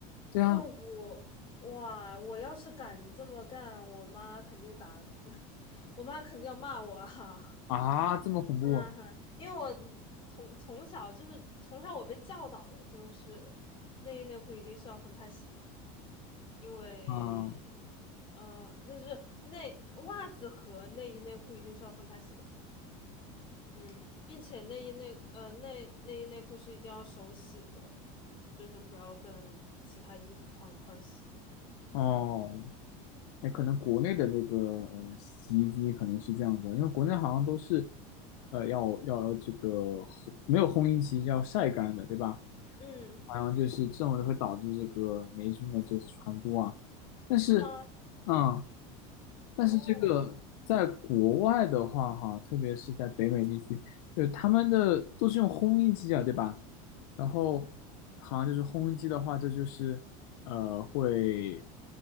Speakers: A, on the left (about 70°); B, on the left (about 30°).
A: 对啊，
B: 因为我哇，我要是敢这么干，我妈肯定打，<laughs> 我妈肯定要骂我啊。<laughs>
A: 啊，这么恐怖啊！
B: 嗯哼，因为我从从小就是从小我被教导的就是内衣内裤一定是要分开洗的，因为
A: 啊
B: 嗯、呃就是内袜子和内衣内裤一定是要分开洗的，嗯，并且内衣内呃内内衣内裤是一定要手洗的，就是不要跟其他衣服放一块儿洗。
A: 哦，哎，可能国内的那个呃洗衣机可能是这样的，因为国内好像都是，呃，要要这个烘没有烘衣机，要晒干的，对吧？
B: 嗯，
A: 好像就是这种就会导致这个霉菌的这次传播啊。但是，
B: 是吗？
A: 嗯，
B: 哦
A: 但是这个在国外的话，哈，特别是在北美地区，就他们的都是用烘衣机啊，对吧？然后好像就是烘衣机的话，这就是呃会